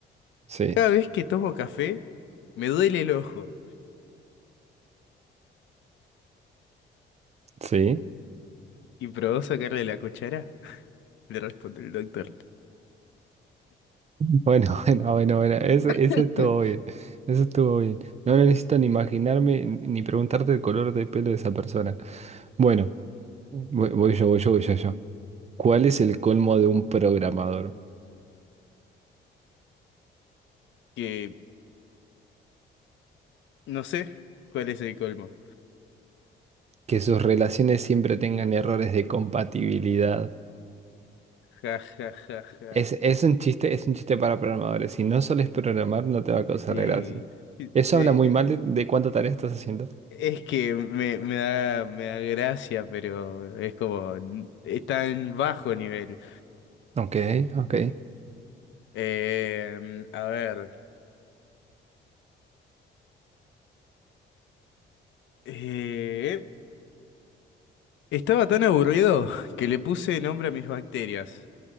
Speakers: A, on the right; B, on the left.
A: sí,
B: cada vez que tomo café, me duele el ojo.
A: sí.
B: ¿Y probó sacarle la cuchara? <laughs> Le responde el doctor.
A: Bueno, <laughs> bueno, bueno, bueno, ese, ese
B: <laughs>
A: estuvo bien, ese estuvo bien. No no necesito ni imaginarme ni ni preguntarte el color de pelo de esa persona. Bueno, voy, voy yo, voy yo, voy yo, yo. ¿Cuál es el colmo de un programador?
B: Que No sé cuál es el colmo.
A: Que sus relaciones siempre tengan errores de compatibilidad.
B: Ja, ja, ja, ja.
A: Es, es un chiste, es un chiste para programadores. Si no sueles programar, no te va a causar
B: Eh,
A: gracia. Eso
B: de-
A: habla muy mal de, de cuánta tarea estás haciendo.
B: es que me, me da, me da gracia, pero es como, es tan bajo nivel.
A: Ok, ok,
B: Eh, a ver. Eh, estaba tan aburrido que le puse nombre a mis bacterias.